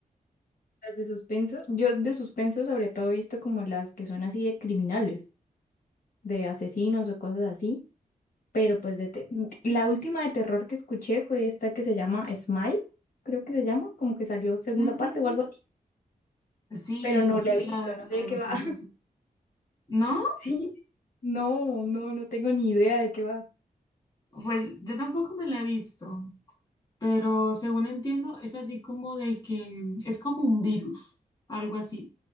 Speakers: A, on the left; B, on the left.
A: Las de suspenso, yo de suspenso sobre todo he visto como las que son así de criminales, de asesinos o cosas así. pero pues de te- mm, la última de terror que escuché fue esta que se llama Smile, creo que se llama, como que salió segunda
B: Mm.
A: parte o algo así,
B: Sí,
A: pero no la
B: sí,
A: he visto,
B: la,
A: no
B: la
A: sé de
B: de
A: qué
B: la
A: va.
B: sonrisa.
A: <laughs>
B: ¿No?
A: Sí, no, no, no tengo ni idea de qué va.
B: Pues yo tampoco me la he visto, pero según entiendo es así como de que es como un virus, algo así,